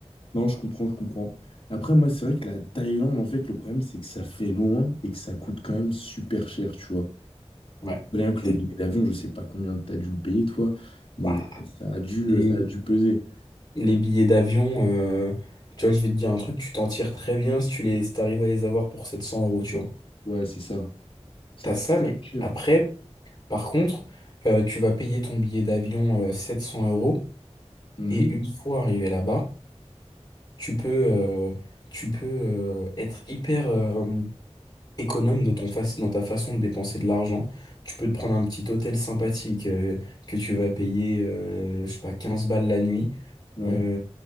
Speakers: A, on the left; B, on the left.
A: Non, je comprends, je comprends. Après, moi, c'est vrai que la Thaïlande, en fait, le problème, c'est que ça fait loin et que ça coûte quand même super cher, tu vois.
B: Ouais.
A: Rien que
B: C'était-
A: le billet d'avion, je sais pas combien t'as dû le payer, toi, mais
B: bah,
A: ça a dû,
B: les-
A: ça a dû peser.
B: Les billets d'avion, euh, tu vois, je vais te dire un truc, tu t'en tires très bien si tu les, si t'arrives à les avoir pour 700 euros, tu vois.
A: Ouais, c'est ça. Ça
B: T'as
A: fait
B: ça, mais
A: cher.
B: après, par contre, euh, tu vas payer ton billet d'avion euh, 700 euros
A: Mhm.
B: et une fois arrivé là-bas, tu peux, euh, tu peux euh, être hyper euh, économe dans ton face, dans ta façon de dépenser de l'argent. Tu peux te prendre un petit hôtel sympathique euh, que tu vas payer, euh, je sais pas, 15 balles la nuit.
A: Ouais.
B: euh,